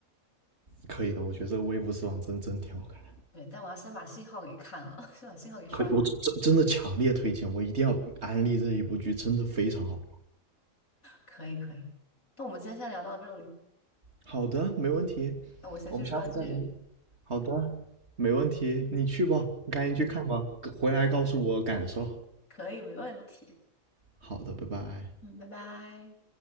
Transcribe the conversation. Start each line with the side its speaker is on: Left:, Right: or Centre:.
Right: 可以的，我觉得这个微服私访真真挺好看
Left: 对，但我要先把信号给看了，<laughs> 先把信号给刷掉。
Right: 可以，我真真的强烈推荐，我一定要安利这一部剧，真的非常好。
Left: 可以，可以。那我们今天先聊到这里，
Right: 好的，没问题，
Left: 那我先去刷剧。
Right: 我们下次再聊。好的，没问题，你去吧，你赶紧去看吧，回来告诉我感受。
Left: 可以，没问题。
Right: 好的，拜拜。
Left: 嗯，拜拜。